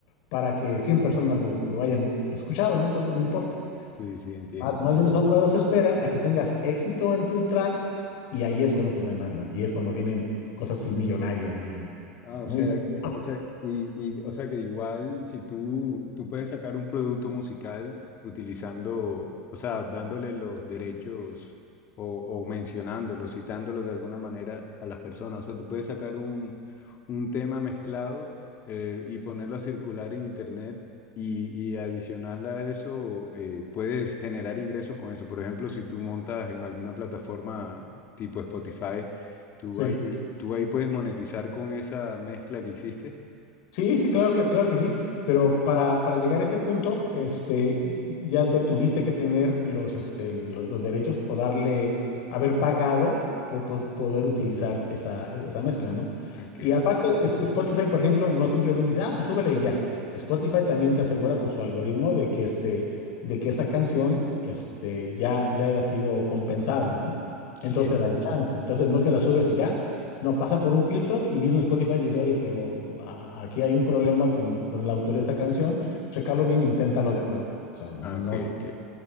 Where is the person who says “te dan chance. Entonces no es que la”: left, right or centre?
Left